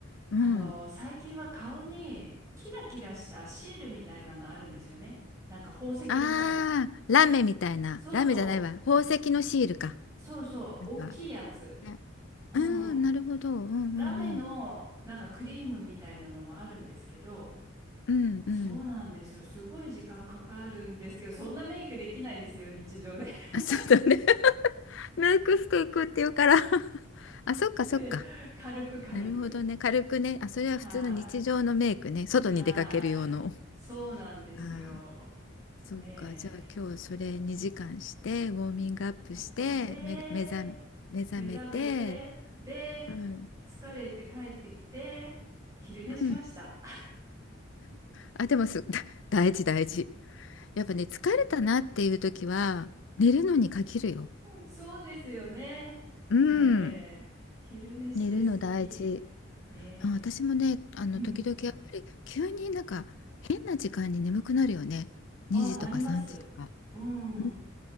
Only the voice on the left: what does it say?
うん。
ああ、ラメみたいな。
ラメじゃないわ。宝石のシールか。
なんか、
ね
うん、なるほど。うんうんうん。
うんうん。
あ、そうだね。<laughs> メイクしていくっていうから <laughs> あ、そっかそっか。
なるほどね。軽くね。あ、それは普通の日常のメイクね。
外に出かける用の。
あーそっか、
じゃあ今日それ2時間して、ウォーミングアップして、
目、目覚、目覚めて、
うん、
うん。あ、でもす、<laughs> 大事大事。やっぱね、疲れたなっていう時は、寝るのに限るよ。
うん。
寝るの大事。
あ、私もね、あの、
時々やっぱり、急になんか、変な時間に眠くなるよね。
2時とか3時とか。
うん